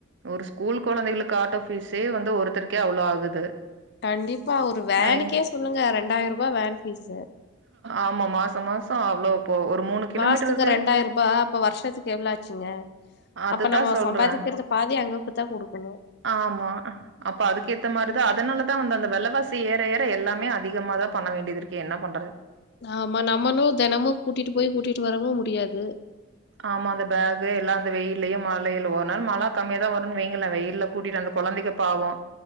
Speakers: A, on the right; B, on the left.
A: ஒரு ஸ்கூல் கொழந்தைகளுக்கு ஆட்டோ ஃபீஸே வந்து ஒருத்தருக்கே அவ்ளோ ஆகுது
B: கண்டிப்பா ஒரு வேனுக்கே
A: அ
B: சொல்லுங்க ரெண்டாயிரூபா வேன் ஃபீஸ்
A: ஆமா மாச மாச அவ்ளோ போ ஒரு மூணு கிலோமீட்டர்
B: மாசத்துக்கு
A: இருக்காது
B: ரெண்டாயிர் ரூபா அப்ப வர்ஷத்துக்கு எவ்ளோ ஆச்சுங்க
A: அதுதா
B: அப்ப நம்ம
A: சொல்றே
B: சம்பாதிக்கிறத பாதி அங்க போய் தா குடுக்கணு
A: ஆமா அப்ப அதுக்கேத்த மாரி தா அதனாலதா வந்து அந்த வெலவாசி ஏற ஏற எல்லாமே அதிகமா தா பண்ண வேண்டியது இருக்கு என்ன பண்றது
B: ஆமா நம்மளு தெனமு கூட்டிட்டு போய் கூட்டிட்டு வரவு முடியாது
A: ஆமா அந்த பேக்கு எல்லா அந்த வெயில்லயு மழையில ஒரு நாள் மழ கம்மியா தா வருதுன்னு வெய்ங்களே வெயில்ல கூட்டிட்டு வந்து கொழந்தைக பாவ